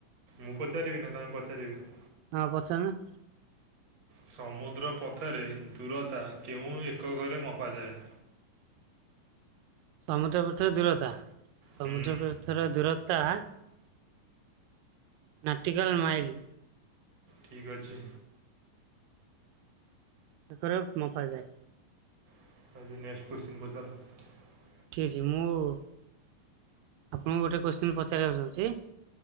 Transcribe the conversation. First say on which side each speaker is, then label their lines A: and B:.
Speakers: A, on the right (about 55°); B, on the right (about 80°).
A: ମୁଁ ପଚାରିବି ନା ତମେ ପଚାରିବି?
B: ହଁ ପଚାରୁନା।
A: ସମୁଦ୍ର ପଥରେ ଦୂରତା କେଉଁ ଏକକରେ ମପାଯାଏ?
B: <inaudible> ସମୁଦ୍ର ପଥର ଦୂରତା, ସମୁଦ୍ର
A: ହୁଁ
B: ପଥର ଦୂରତା ନାଟିିକଲ ମାଇଲ।
A: ଠିକ ଅଛି।
B: <unintelligible> ମପା ଯାଏ।
A: <unintelligible> ନେକ୍ସଟ କ୍ୱେସ୍ଚିନ ପଚାର।
B: ଠିକ୍ ଅଛି ମୁଁ ଆପଣଙ୍କୁ ଗୋଟେ କ୍ୱେସ୍ଚିନ୍ ପଚାରିବାକୁ ଚାହୁଁଛି।